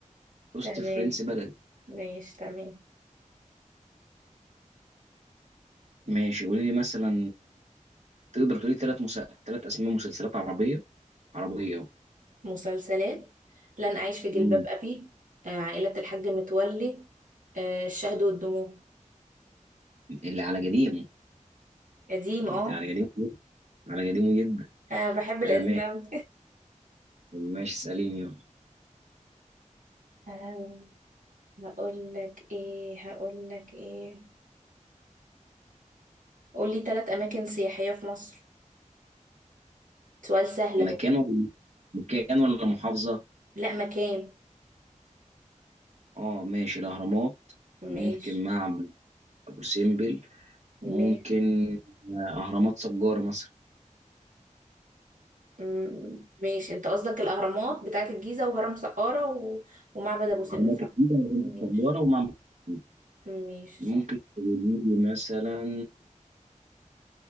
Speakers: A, on the right; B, on the right.
A: توست
B: تمام
A: فرنسي بلدي
B: ماشي تمام
A: ماشي قولي لي مثلا تقدر تقولي ثلاث مس... ثلاث اسماء مسلسلات عربيه عربيه
B: مسلسلات لن أعيش في جلباب
A: مم.
B: أبي آه، عائلة الحاج متولي آه، الشهد والدموع
A: اللي على قديمه
B: قديم اه
A: انت على قديم انا قديم جدا
B: أنا بحب
A: آه
B: القديم
A: ماشي
B: أوي
A: ماشي اساليني يلا
B: <laughs> آه، هقول لك ايه هقول لك ايه قولي ثلاث أماكن سياحية في مصر سؤال سهل
A: مكان
B: أهو
A: ولا مكان ولا محافظه
B: لا مكان
A: اه ماشي الاهرامات ممكن
B: ماشي
A: معبد ابو سمبل ممكن
B: ماشي
A: آه، اهرامات سجاره مثلا
B: مم، ماشي انت قصدك الاهرامات بتاعت الجيزه وهرم سقاره و... ومعبد ابو سمبل
A: اهرامات
B: صح
A: الجيزه واهرامات
B: ماشي
A: سجاره ومعبد أبو سمبل.
B: ماشي
A: ممكن
B: صح
A: تقولي لي مثلا